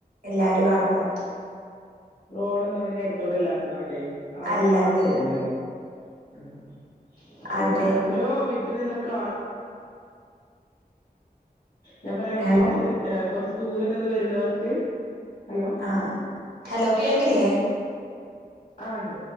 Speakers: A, on the right; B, on the left.
A: ഇല്ല ആരും കാണൂലാ
B: റോഡൊന്നും അതിന്റെ അട്ത്തൂടെല്ലാത്തതുകൊണ്ടേ ആരും
A: അല്ല
B: കാണൊന്നുല്ലല്ലോ
A: അല്ല അല്ല
B: ആഹ്
A: അതെ
B: എത്രെയോ വിട്ടിൽ നിന്നൊക്കാൾ ഞാൻ പറയാ
A: ഹലോ
B: വിട്ട് നി ഏഹ് കാെറെച്ച് ദൂരെ നിന്ന് വര്ന്നവെർക്ക് ഹലോ
A: ആഹ് ആഹ് ഹലോ കേൾക്ക്ല്ലേ
B: ആഹ് ണ്ട്